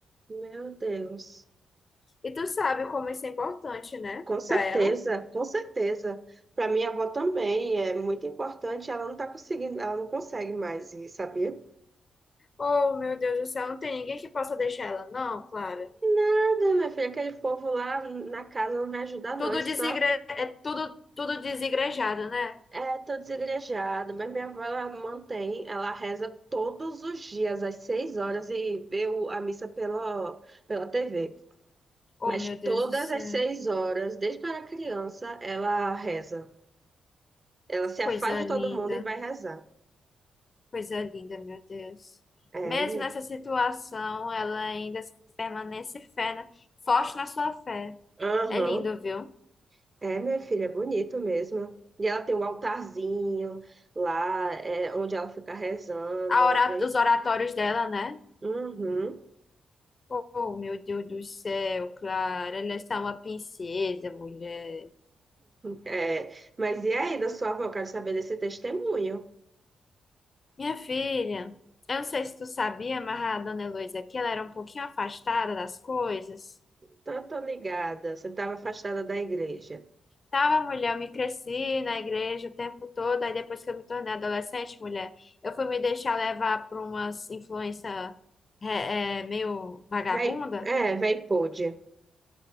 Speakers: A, on the right; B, on the left.
A: Meu Deus.
B: E tu sabe como isso é importante, né,
A: Com certeza,
B: para ela.
A: com certeza. Para minha avó também é muito importante. Ela não tá conseguindo, ela não consegue mais ir, sabia?
B: Oh, meu Deus do céu, não tem ninguém que possa deixar ela, não, Clara.
A: Nada, minha filha, aquele povo lá na casa não me ajuda, não.
B: Tudo
A: É só
B: desigre... é tudo, tudo desigrejado, né?
A: é, tô desigrejada. Mas minha avó, ela mantém, ela reza todos os dias, às seis horas, e vê o- a missa pela, pela TV.
B: Oh,
A: Mas
B: meu
A: todas
B: Deus do céu.
A: as seis horas, desde que eu era criança, ela reza. Ela se afasta
B: Coisa
A: de
B: linda,
A: todo mundo e vai rezar.
B: coisa linda, meu Deus.
A: É,
B: Mesmo
A: né?
B: nessa situação, ela ainda permanece fé, né? Forte na sua fé.
A: Aham.
B: É lindo, viu?
A: É, minha filha, é bonito mesmo. E ela tem um altarzinho lá, é, onde ela fica rezando,
B: A
A: é
B: ora...
A: bem.
B: Os oratórios dela, né?
A: Uhum.
B: Oh, meu Deus do céu, Clara, ela está uma princesa, mulher.
A: É. Mas e aí, da sua avó, quero saber desse testemunho.
B: Minha filha, eu não sei se tu sabia, mas a dona Heloísa aqui, ela era um pouquinho afastada das coisas.
A: Então, tô ligada. Você estava afastada da igreja.
B: Tava mulher, eu me cresci na igreja o tempo todo, aí depois que eu me tornei adolescente, mulher, eu fui me deixar levar por umas influência é, é, meio vagabunda.
A: Vai, é, vai pôde.